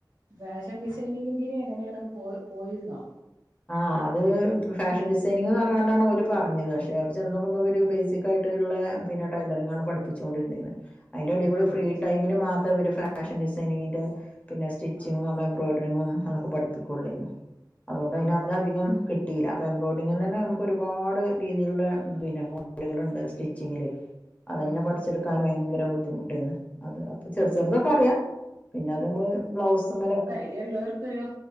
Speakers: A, on the right; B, on the left.
A: ഫാഷൻ ഡിസൈനിങ്ങ്ന്റിരിയ എങ്ങനാണ് പോ പോയിരുന്നോ
B: ആഹ് അത് ഫാഷൻ ഡിസൈനിങ്ന്ന് പറഞ്ഞോണ്ടാണ് ഓര് പറഞ്ഞത് പക്ഷെ അവടെ ചെന്ന് നോക്കുമ്പോ ഒരു
A: ആ
B: ബേസിക് ആയി ട്ട്ള്ള പിന്നെ ടൈലറിങ്ങാണ് പഠിപ്പിച്ചോണ്ടിരുന്നേന് അതിന്റെ എടെകൂടെ
A: ആ
B: ഫ്രീ
A: അത് ശരി
B: ടൈമില് മാ ത്രം ഇവര് ഫാഷൻ ഡിസൈനിങ്ങിന്റെ പിന്നെ സ്റ്റിച്ചിങ്ങും
A: ആ
B: എംബ്രോയ്ഡറിങ്ങും അങ്ങന പഠിപ്പിക്കൊള്ളേയ്ന്ന് അതോണ്ട്
A: ആ
B: അയ്‌ന്
A: അത്
B: അതധികം
A: ശരി
B: കിട്ടീല അപ്പോ എംബ്രോയിഡിങ്ങ്ന്നന്നെ നമ്മുക്കൊരു പാട് രീതിയിലുള്ള പിന്നെ മോഡലുകളുണ്ട് സ്റ്റിച്ചിങ്ങില് അതെന്നെ
A: ഉം
B: പഠി ച്ചെടുക്കാന് ഭയങ്കര ബുദ്ധിമുട്ടേയ്ന്ന് അത് അപ്പൊ ചെർ ചെർതൊക്കെ അറിയാ പിന്ന അത് അമ്മള് ബ്ലൗസ്മലൊക്കെ
A: ഈ ഇള്ളവർക്കൊരു